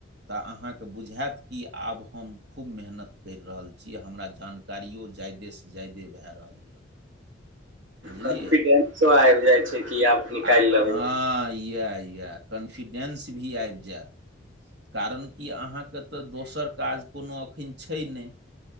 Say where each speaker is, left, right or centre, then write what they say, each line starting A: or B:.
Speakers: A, on the right; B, on the right.
A: तऽ अहाँके बुझायत कि आब हम खूब मेहनत करि रहल छी हमरा जान कारियो जा्यदेसँ जा्यदे भए रहल यऽ। बुझलियै
B: कॉन्फिडेंसो आबि जाइ छै कि आब निकालि
A: आ
B: लेबै
A: हँ यैह यैह। कॉन्फिडेन्स भी आबि जायत। कारण कि अहाँके तऽ दोसर काज कोनो एखन छै नै।